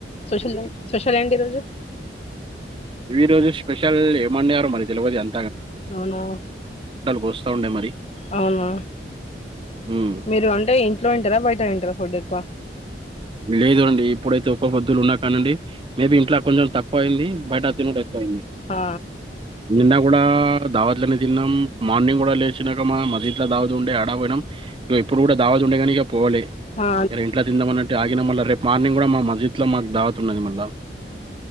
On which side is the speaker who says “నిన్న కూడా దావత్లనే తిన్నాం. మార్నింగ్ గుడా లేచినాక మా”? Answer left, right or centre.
Right